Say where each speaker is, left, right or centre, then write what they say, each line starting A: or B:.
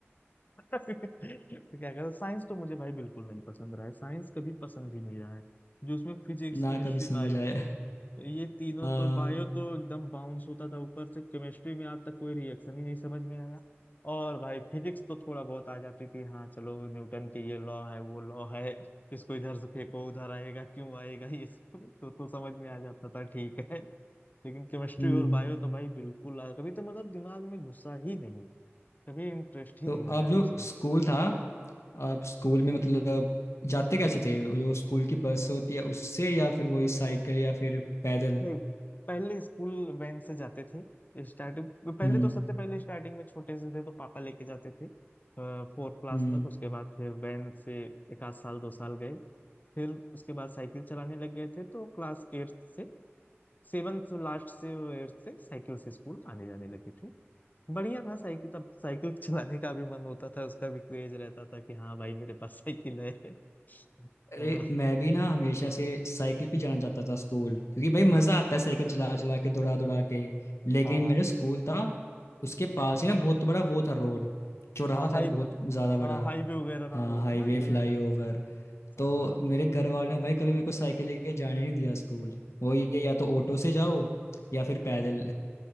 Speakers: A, on the left; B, on the left.
A: <laughs> तो क्या कहते साइंस तो मुझे भाई बिल्कुल नहीं पसंद रहा है साइंस कभी पसंद ही नहीं रहा है जो उसमें फिजिक्स
B: ना
A: केमिस्ट्री
B: कभी समझ
A: बायो
B: आया
A: ये तीनों
B: हाँ
A: तो बायो तो एकदम बाउंस होता था ऊपर से केमिस्ट्री में आज तक कोई रिएक्शन ही नहीं समझ में आया और भाई फिजिक्स तो थोड़ा बहुत आ जाती थी हाँ चलो न्यूटन के ये लॉ है वो लॉ है इसको इधर से फेंको उधर आएगा क्यों आएगा ये सब <laughs> तो, तो समझ में आ जाता था ठीक है लेकिन केमिस्ट्री
B: हम्म
A: और बायो तो भाई बिल्कुल आ- कभी तो मतलब दिमाग में घुसा ही नहीं कभी इंटरेस्ट ही
B: तो
A: नहीं
B: आप
A: आया
B: जो
A: उसमें
B: स्कूल था आप स्कूल में मतलब जाते कैसे थे वो जो स्कूल की बस होती है उससे या फिर वही साइकिल या फिर पैदल
A: नहीं पहले स्कूल वैन से जाते थे स्टार्टिंग पहले
B: हम्म
A: तो सबसे पहले स्टार्टिंग में छोटे से थे तो पापा लेके जाते थे फोर्थ क्लास
B: हम्म
A: तक उसके बाद फिर वैन से एक आध साल दो साल गए फिर उसके बाद साइकिल चलाने लग गए थे तो क्लास एट्थ से सेवन से लास्ट से एट्थ से साइकिल से स्कूल आने जाने लगे थे बढ़िया था साइकिल तब साइकिल <laughs> चलाने का भी मन होता था उसका भी क्रेज रहता था कि हाँ भाई मेरे पास साइकिल है <laughs>
B: अरे
A: अ,
B: मैं भी ना हमेशा से साइकिल पे जाना चाहता था स्कूल क्योंकि भाई मजा आता है साइकिल चला चला के दौड़ा दौड़ा के लेकिन
A: हाँ
B: मेरा स्कूल था उसके पास ही ना बहुत बड़ा वो था रोड चौराहा
A: हाँ हाई
B: था एक बहुत ज्यादा बड़ा
A: हाँ हाईवे वगैरह रहा
B: हाँ
A: होगा
B: हाईवे
A: ना ये
B: फ्लाईओवर
A: हाँ
B: तो मेरे घर वालों ने भाई कभी मेरे को साइकिल लेके जाने नहीं दिया स्कूल वो ये या तो ऑटो से जाओ या फिर पैदल